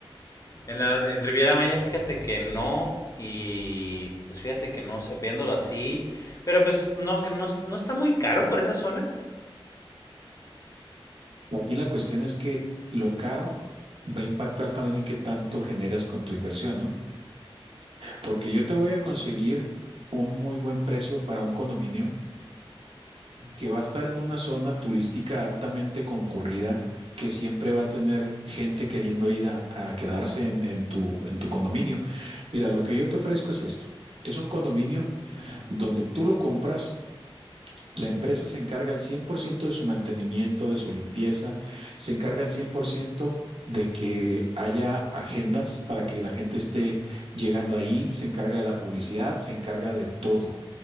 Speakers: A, on the left; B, on the right.
A: en, la, en Riviera Maya, fíjate que no. Y pues fíjate que no sé, viéndolo así. Pero pues no, que no, no está muy caro por esa zona.
B: Aquí la cuestión es que lo caro va a impactar también en qué tanto generas con tu inversión, ¿no? Porque yo te voy a conseguir un muy buen precio para un condominio que va a estar en una zona turística altamente concurrida, que siempre va a tener gente queriendo ir a, a quedarse en, en tu, en tu condominio. Mira, lo que yo te ofrezco es esto. Es un condominio
A: Ujú.
B: donde tú lo compras la empresa se encarga al 100% de su mantenimiento, de su limpieza, se encarga al 100% de que haya agendas para que la gente esté llegando ahí, se encarga de la publicidad, se encarga de todo.